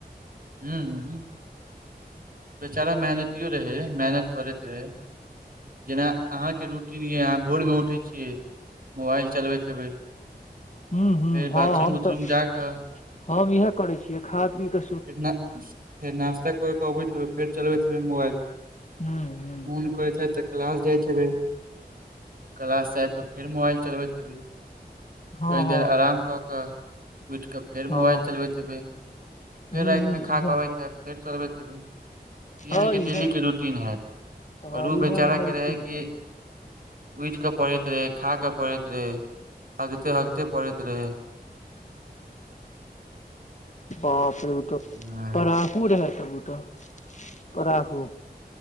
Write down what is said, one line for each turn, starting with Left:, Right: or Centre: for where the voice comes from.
Right: ह्म ह बेचारा मेहनतियो रहै मेहनत करैत रहै जेना अहाँके रूटीन यऽ अहाँ भोरमे उठै छियै मोबाइल चलबैत हेबै
Left: हूँ हूँ
Right: फेर
Left: हँ
Right: बाथरूम
Left: हम
Right: उथरूम
Left: तऽ
Right: जा कऽ
Left: हम इएहे करे छीियै खा पी के
Right: फेर ना नास्ता कर के अबैत हेबै फेर चलबैत मोबाइल
Left: हू हू
Right: मोन करइ छै तऽ क्लास जाइत छै क्लाश आब कऽ फेर मोबाइल चलबै हेबै
Left: हँ
Right: कही
Left: हँ
Right: देर आराम कऽ कऽ उठि कऽ फेर
Left: हँ
Right: मोबाइल चलबैत अयबै फेर
Left: हूँ
Right: राति
Left: हूँ
Right: में खा
Left: इएह
Right: कऽ अबैत है फेर चलबैत हेबए ई अहाँके
Left: हँ
Right: डेलीके
Left: इएह
Right: रूटीन हएैत आओर
Left: हँ
Right: ओ
Left: इएह
Right: बेचाराके
Left: हमर रूटीन
Right: रहय कि
Left: छै
Right: उठि कऽ पड़ैत रहे खााक पड़ैत रहे हगते हगते पड़ैत रहे
Left: बाप रे ओ तऽ
Right: हँ
Left: पराखू रह तऽ ओ तऽ पाहू